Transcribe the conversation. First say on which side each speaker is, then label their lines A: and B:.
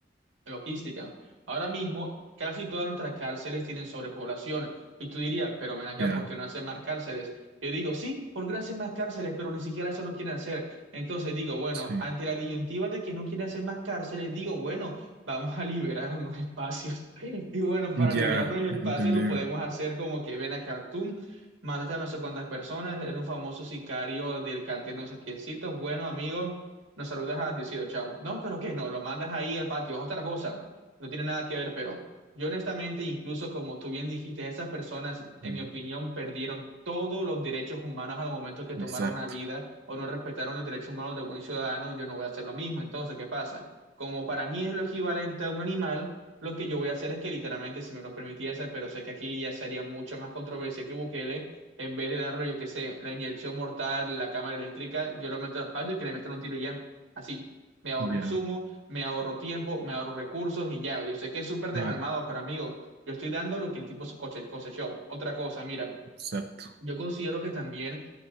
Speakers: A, on the right (about 85°); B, on the right (about 55°).
A: Logística. Ahora mismo, casi todas nuestras cárceles tienen sobrepoblación. Y tú dirías, pero ven acá,
B: ya,
A: ¿por qué no hacen más cárceles? Yo digo, sí, porque no hacen más cárceles, pero ni siquiera eso no quieren hacer. Entonces digo, bueno,
B: sí,
A: ante la disyuntiva de que no quiere hacer más cárceles, digo, bueno, vamos a liberar unos espacios. <laughs> Y bueno, para liberar
B: ya,
A: unos espacios
B: entendido.
A: lo podemos hacer como que ven acá, tú mataste a no sé cuántas personas, eres un famoso sicario del cartel no sé quiéncitos. Bueno, amigo nos saludas a Diosito, chao. No, pero ¿qué? No, lo mandas ahí al patio, es otra cosa. No tiene nada que ver, pero yo honestamente, incluso como tú bien dijiste, esas personas, en
B: Mm,
A: mi opinión, perdieron todos los derechos humanos al momento que tomaron
B: Exacto,
A: una vida o no respetaron los derechos humanos de buen ciudadano, yo no voy a hacer lo mismo. Entonces, ¿qué pasa? Como para mí es lo equivalente a un animal, lo que yo voy a hacer es que literalmente, si me lo permitiese, pero sé que aquí ya sería mucho más controversia que Bukele, en vez de darle, yo qué sé, la inyección mortal, la cámara eléctrica, yo lo meto al patio y que le metan un tiro y ya. Así, me ahorro
B: ya,
A: insumos, me ahorro tiempo, me ahorro recursos y ya. Yo sé que es súper desalmado,
B: claro,
A: pero amigo, yo estoy dando lo que el tipo su coche, el cosechó. Otra cosa, mira,
B: exacto,
A: yo considero que también